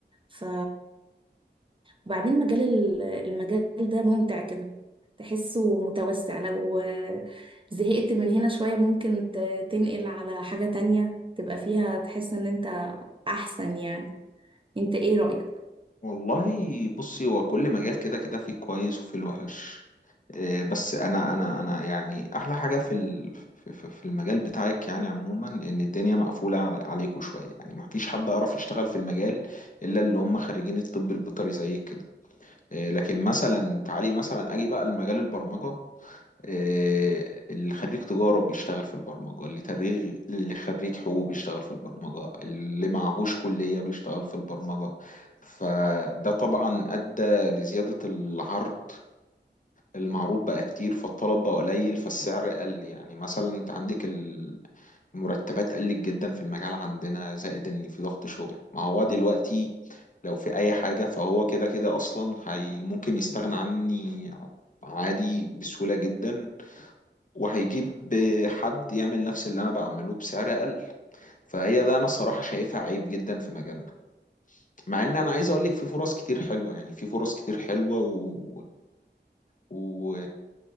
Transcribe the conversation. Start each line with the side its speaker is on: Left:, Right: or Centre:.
Right: ف وبعدين مجال ال- المجال ده ممتع كده تحسه متوسع لو زهقت من هنا شوية ممكن ت- تنقل على حاجة تانية تبقى فيها تحس ان انت احسن يعني انت ايه رأيك؟
Left: والله بصي هو كل مجال كده كده فيه كويس وفيه الوحش إيه، بس أنا أنا أنا يعني أحلى حاجة في ال... في في- في المجال بتاعك يعني عموما إن الدنيا مقفولة على... عليكوا شوية يعني مفيش حد يعرف يشتغل في المجال إلا اللي هم خريجين الطب البيطري زيك كده آه، لكن مثلا تعالي مثلا اجي بقى لمجال البرمجه آه، اللي خريج تجاره بيشتغل في البرمجه اللي تريغ اللي خريج حقوق بيشتغل في البرمجه اللي معهوش كليه بيشتغل في البرمجه فده طبعا ادى لزياده العرض المعروض بقى كتير فالطلب بقى قليل فالسعر قل يعني مثلا انت عندك ال- المرتبات قلت جدا في المجال عندنا زائد ان في ضغط شغل ما هو دلوقتي لو في اي حاجة فهو كده كده اصلا هي ممكن يستغنى عني عادي بسهولة جدا وهيجيب حد يعمل نفس اللي انا بعمله بسعر اقل فهي ده انا الصراحة شايفها عيب جدا في مجالنا مع ان انا عايز اقول لك في فرص كتير حلوة يعني في فرص كتير حلوة و... و...